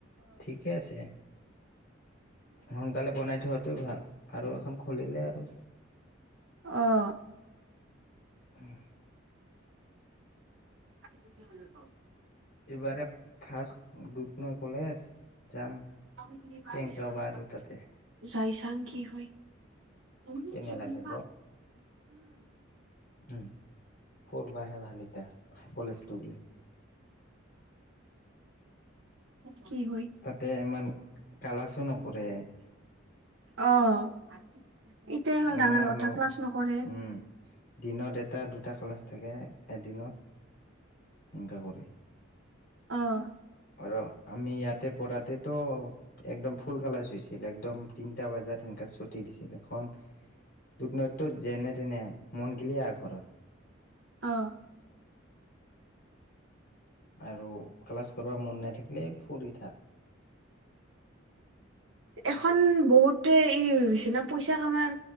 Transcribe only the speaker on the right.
অঁ!
আহিবি বুলি ক'হ।
আমি শুনি পাইছোয়ে
যাইচাং কি হয়। উমঁ!
কি হয়-।
অঁ এতিয়া হ'ল
ডাঙৰ
কথা ক্লাছ নকৰে-
অঁ!
অঁ!
এখন বহুত- ত ই হৈ গৈছে না পইচা কামাৰ